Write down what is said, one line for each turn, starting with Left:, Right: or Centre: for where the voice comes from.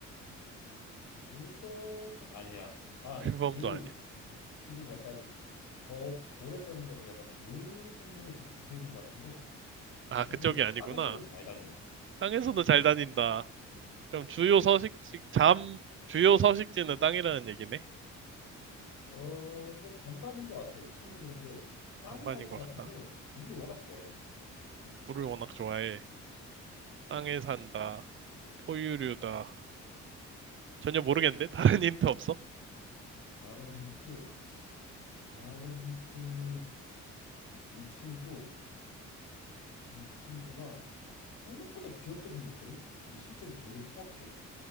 Left: 물범 아니야. 아
Right: 물범도
Left: 그
Right: 아니야.
Left: 지금 약간 거 고래 때문인가 그 약간 물 생물에 지금 갇혀 있는 것 같은데
Right: 아,
Left: 이 친구
Right: 그쪽이 아니구나.
Left: 땅에서도 잘 다녀.
Right: 땅에서도 잘 다닌다.
Left: 응.
Right: 그럼 주요 서식지, 잠, 주요 서식지는 땅이라는 얘기네?
Left: 어뭐 반반인 것 같아. 이 친구들이 근데 땅에
Right: 반반인
Left: 살 것
Right: 것
Left: 같은데
Right: 같다.
Left: 물을 워낙 좋아해.
Right: 물을 워낙 좋아해. 땅에 산다. 포유류다. 전혀 모르겠는데? <laughs> 다른 힌트 없어?
Left: 다른 힌트 다른 힌트 이 친구, 이 친구가 생각보다 귀엽게 생겼거든? 근데 실제로 되게 포악해.